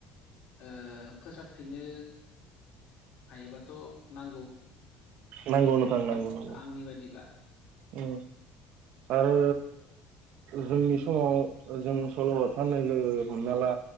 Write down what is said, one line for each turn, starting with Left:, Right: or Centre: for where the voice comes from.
Left: ओ फोसाबफिननो हायोबाथ' नांगौ।
Right: नांगौ नोथां नांगौ
Left: आ
Right: नांगौ।
Left: आंनि बायदिबा
Right: उ आरो जोंनि समाव जों सल'बाथा होननाय लोगो लोगो हमना ला